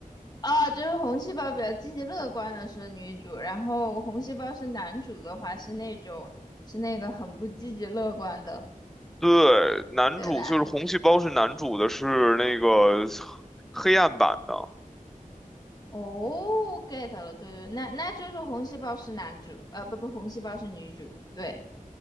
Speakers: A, on the left (about 30°); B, in the centre.
A: 啊，就是红细胞比较积极乐观的是女主，然后红细胞是男主的话是那种是那个很不积极乐观的，
B: 对，男主就是红细胞是男主的，
A: 对吧？
B: 是那个黑暗版的，
A: 哦，get 了，对对，那那就是红细胞是男主，呃，不不，红细胞是女主，对，